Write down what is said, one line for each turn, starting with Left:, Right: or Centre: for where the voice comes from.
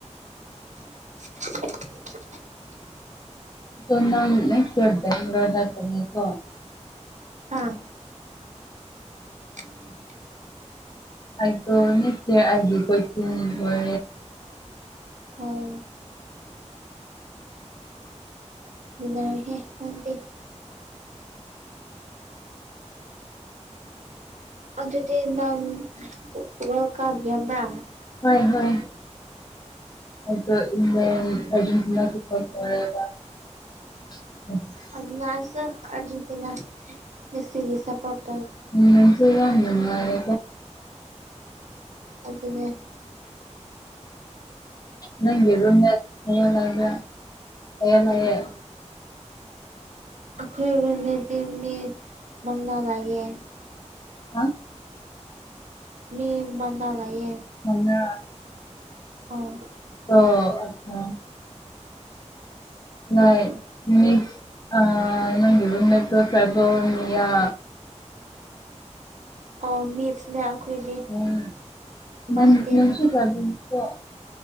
Right: <unintelligible>
Left: ꯗꯣ ꯅꯪ <unintelligible>
Right: ꯍꯥꯥ <unintelligible>
Left: ꯑꯩꯗꯣ ꯅꯠꯇ ꯍꯥꯏꯒꯤ ꯀꯣꯏꯆꯤꯡꯔꯦ
Right: ꯑꯣ ꯅꯔ ꯍꯦ ꯅꯗꯤ ꯑꯗꯨꯗꯤ ꯅꯪ ꯋꯥꯔꯜ ꯀꯞ ꯌꯥꯝꯕ꯭ꯔꯥ
Left: ꯍꯣꯏ ꯍꯣꯏ ꯑꯗꯨ ꯑꯤꯡꯂꯥꯟ ꯑꯗꯣ ꯑꯔꯒꯦꯟꯇꯤꯟ <inaudible>
Right: ꯑꯗꯨꯅ ꯍꯥꯢꯁꯦ ꯑꯔꯖꯦꯟꯇꯤꯅꯥ ꯃꯦꯁꯤ ꯑꯦꯟ ꯕ ꯁꯄꯣꯔꯠ
Left: <unintelligible> ꯌꯥꯝ ꯅꯨꯟꯉꯥꯔꯦ
Right: ꯑꯗꯨꯦ
Left: ꯅꯪ ꯌꯦꯔꯨꯅ ꯍ ꯂꯩꯥꯏꯕ ꯂꯌꯥ ꯂꯌꯦ
Right: ꯑꯩꯈꯣꯏꯅꯦꯗꯤ ꯃꯤ ꯃꯪꯅꯥ ꯂꯥꯛꯌꯦ
Left: ꯑ
Right: ꯃꯤ ꯃꯟꯅ ꯉꯏꯌꯦ
Left: ꯃꯅ
Right: ꯑ
Left: ꯑꯣ ꯑ ꯅ ꯃꯤ ꯑ ꯅꯪ ꯌꯃꯦꯠꯇꯣ ꯁꯕ ꯃꯤꯌꯥ
Right: ꯑꯣ ꯃꯤ ꯑꯩꯈꯣꯏꯗꯤ
Left: ꯎꯝ
Right: ꯃꯥꯏꯇꯩꯦ
Left: ꯅꯪ ꯅꯪꯁꯨ ꯇ꯭ꯔꯥꯏꯕꯦꯜꯅꯤꯀꯣ